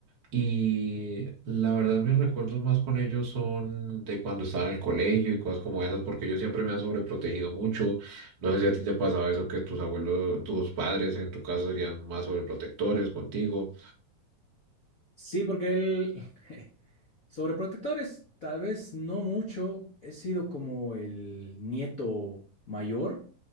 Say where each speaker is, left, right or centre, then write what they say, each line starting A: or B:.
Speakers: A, on the right; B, on the left.
A: Y la verdad, mis recuerdos más con ellos son de cuando estaba en el colegio y cosas como esas, porque ellos siempre me han sobreprotegido mucho. No sé si a ti te pasaba eso, que tus abuelos, tus padres en tu caso serían más sobreprotectores contigo.
B: Sí, porque él, <laughs> sobreprotectores, tal vez no mucho, he sido como el nieto mayor,